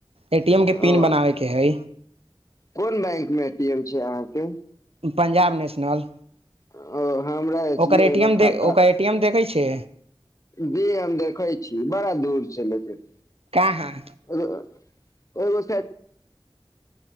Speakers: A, on the right (about 75°); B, on the left (about 35°).
A: ए टी एम के
B: ओ
A: पिन बनाबे के है
B: कोन बैंक मे ए टी एम अहाँके
A: पंजाब नेशनल
B: ओ हमरा एस
A: ओकर
B: बी आई
A: एटीम
B: मे खाता
A: ओ एटी एम देखै छी छ
B: जी हम देखै छी बड़ा दूर छै लेकिन
A: कह हाँ
B: गो एगो